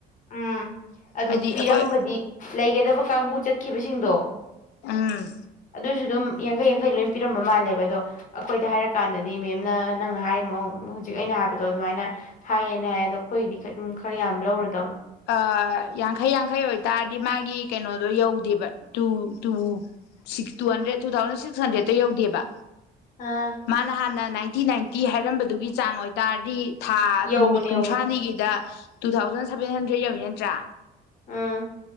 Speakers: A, on the left (about 50°); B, on the left (about 80°).
A: ꯎꯝ ꯑꯗꯨ
B: ꯍꯥꯏꯗꯤ
A: ꯄꯤꯔꯝꯕꯗꯤ
B: ꯑꯩꯈꯣꯏ
A: ꯂꯩꯒꯗꯕ ꯀꯥꯡꯕꯨ ꯆꯠꯈꯤꯕꯁꯤꯡꯗꯣ
B: ꯎꯝ
A: ꯑꯗꯨꯁꯨ ꯑꯗꯨꯝ ꯌꯥꯡꯈꯩ ꯌꯥꯡꯈꯩ ꯂꯣꯏ ꯄꯤꯔꯝꯕ ꯃꯥꯜꯂꯦꯕ ꯑꯗꯣ ꯑꯩꯈꯣꯏꯗ ꯍꯥꯏꯔꯀꯥꯟꯗꯗꯤ ꯃꯦꯝꯅ ꯅꯪꯅ ꯍꯥꯏꯔꯤꯃꯣ ꯍꯧꯖꯤꯛ ꯑꯩꯅ ꯍꯥꯏꯕꯗꯣ ꯑꯗꯨꯃꯥꯏꯅ ꯊꯥꯏꯌꯦꯅ ꯍꯥꯏ ꯑꯗꯣ ꯑꯩꯈꯣꯏꯒꯤꯗꯤ ꯑꯗꯨꯝ ꯈꯔ ꯌꯥꯝ ꯂꯧꯔꯅꯤ
B: ꯑ ꯌꯥꯡꯈꯩ ꯌꯥꯡꯈꯩ ꯑꯣꯏꯇꯥꯔꯗꯤ ꯃꯥꯒꯤ ꯀꯩꯅꯣꯗꯣ ꯌꯧꯗꯦꯕ two two six two hundred two thousand six ꯍꯟꯗ꯭ꯔꯦꯗꯠꯇꯣ ꯌꯧꯗꯦꯕ
A: ꯑꯥ
B: <unintelligible> ꯏꯟꯇꯤ ꯅꯥꯏꯟꯇꯤ ꯍꯥꯏꯔꯝꯕꯗꯨꯒꯤ ꯆꯥꯡ ꯑꯣꯏꯇꯥꯔꯗꯤ ꯊꯥ
A: ꯌꯧꯕꯅꯦ
B: ꯅꯨꯃꯤꯠ ꯀꯨꯟꯊ꯭ꯔꯥꯅꯤꯒꯤꯗ
A: ꯌꯧꯕꯅꯦ
B: ꯇꯨ ꯊꯥꯎꯖꯟ ꯁꯚꯦꯟ ꯍꯟꯗ꯭ꯔꯦꯗ ꯌꯧꯏ ꯅꯠꯇ꯭ꯔꯥ
A: ꯎꯝ